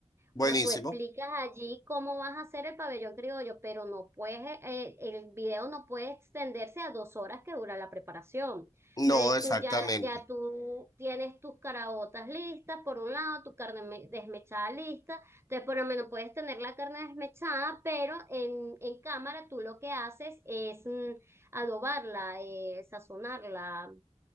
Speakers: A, on the left; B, on the right.
A: Buenísimo.
B: o sea, tú explicas allí cómo vas a hacer el pabellón criollo, pero no puedes, eh, el video no puede extenderse a dos horas que dura la preparación.
A: No,
B: Entonces
A: exactamente.
B: tú ya, ya tú tienes tus caraotas listas, por un lado, tu carne me- desmechada lista. Entonces por lo menos puedes tener la carne desmechada, pero en, en cámara tú lo que haces es mm, adobarla, eh, sazonarla,